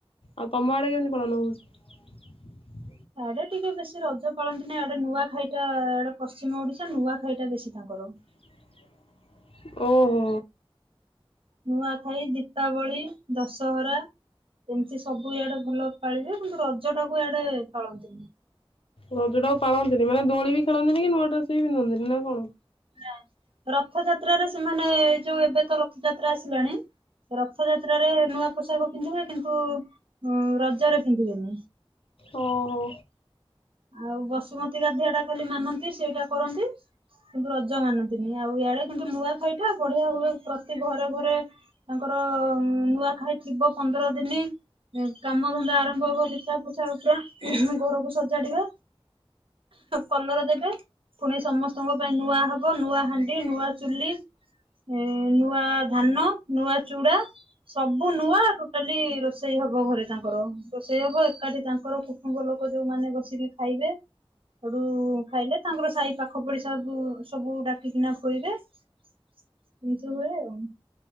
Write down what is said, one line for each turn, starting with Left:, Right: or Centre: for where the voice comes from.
Left: ଆଉ ତମ ଆଡେ କେମିତି ପାଳନ ହୋଉଚି?
Right: ଆଡେ ଟିକେ ବେଶୀ ରଜ ପାଳନ୍ତି ନାଇଁ ଆଡେ ନୂଆ ଖାଇଟା ଆଡେ ପଶ୍ଚିମ ଓଡିଶା ନୂଆ ଖାଇଟା ବେଶୀ ପାଳ ଗରମ୍
Left: ଚିଉଁଚିଉଁ ଓହୋ।
Right: ନୂଆଖାଇ ଦୀପାବଳି ଦଶହରା ଏମିତି ସବୁ ଇଆଡେ ଭଲ ପାଳିବେ କିନ୍ତୁ ରଜ ଟାକୁ ଇଆଡେ ପାଳନ୍ତିନି।
Left: ରଜ ଟାକୁ ପାଳନ୍ତିନି ମାନେ ଦୋଳି ବି ଖେଳନ୍ତିନି କି ନୂଆ ଡ୍ରେସ୍ ବି ପିନ୍ଧନ୍ତିନି ନା କଣ?
Right: ନା ରଥଯାତ୍ରାରେ ସେମାନେ ଯୋଉ ଏବେ ତ ରଥଯାତ୍ରା ଆସିଲାଣି ରଥଯାତ୍ରାରେ ନୂଆ ପୋଷାକ ପିନ୍ଧିବେ କିନ୍ତୁ ଉଁ ରଜରେ ପିନ୍ଧିବେନି।
Left: ଓ ହୋ।
Right: ଆଉ ବସୁମତୀ ଗାଧୋଇବା ଟା ଖାଲି ମାନନ୍ତି ସେଇଟା କରନ୍ତି। କିନ୍ତୁ ରଜ ମାନନ୍ତିନି ଆଉ ଇଆଡେ କିନ୍ତୁ ନୂଆଖାଇଟା ବଢିଆ ହୁଏ ପ୍ରତି ଘରେ ଘରେ ତାଙ୍କର ର ନୂଆଖାଇ ଥିବ ପନ୍ଦର ଦିନି କାମ ଧନ୍ଦା ଆରମ୍ଭ ହବ ଲିପା ପୋଛା ପୁରା ଘରକୁ ସଜାଡିବା କଲର ଦେବେ ପୁଣି ସମସ୍ତଙ୍କ ପାଇଁ ନୂଆ ହବ ନୂଆ ହାଣ୍ଡି ନୂଆ ଚୁଲି ଏଏ ନୂଆ ଧାନ ନୂଆ ଚୁଡା ସବୁ ନୂଆ ଟୋଟାଲି ରୋଷେଇ ହବ ଘରେ ତାଙ୍କର ରୋଷେଇ ହବ ଏକାଠି ତାଙ୍କର କୁଟୁମ୍ବ ଲ ଲୋକ ଯୋଉମାନେ ବସିକି ଖାଇବେ। ଆଡୁ ଉ ଖାଇଲେ ତାଙ୍କର ସାହି ପାଖ ପଡିସା ଘରକୁ ସବୁ ଡାକିକିନା ଖୁଏଇବେ। ଏଇ ତ ହୁଏ ଆଉ।